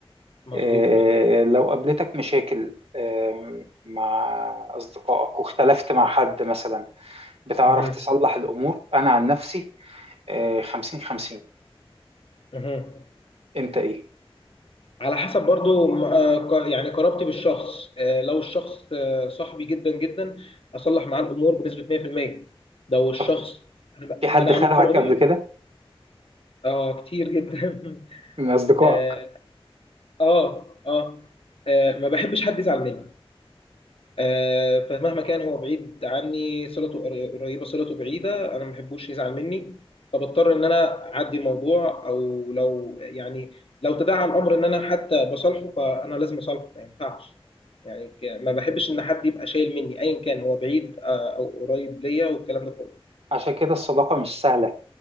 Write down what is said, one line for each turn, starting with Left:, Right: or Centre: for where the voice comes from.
Left: مظبوط
Right: آه، لو قابلتك مشاكل آه، مع أصدقائك واختلفت مع حد مثلا بتعرف
Left: مهم.
Right: تصلح الأمور أنا عن نفسي آه، خمسين خمسين
Left: مهم.
Right: انت ايه
Left: على حسب برضو م- آه، ق- يعني قرابتي بالشخص آه، لو الشخص آه، صاحبي جدا جدا اصلح معاه الامور بنسبه 100% لو الشخص
Right: طب
Left: انا ب-
Right: في حد
Left: أنا
Right: خدعك
Left: عم- في العموم
Right: قبل كده
Left: اه كتير جدا <laughs>
Right: من اصدقائك
Left: اه اه اه آه، ما بحبش حد يزعل مني آه، فمهما كان هو بعيد عني صلته قر- قريبه صلته بعيده انا ما بحبوش يزعل مني فبضطر ان انا اعدي الموضوع او لو يعني لو تداعى الامر ان انا حتى بصالحه فانا لازم اصالحه ما ينفعش يعني ك- ما بحبش ان حد يبقى شايل مني ايا كان هو بعيد آه، او قريب ليا والكلام ده كله
Right: عشان كده الصداقة مش سهلة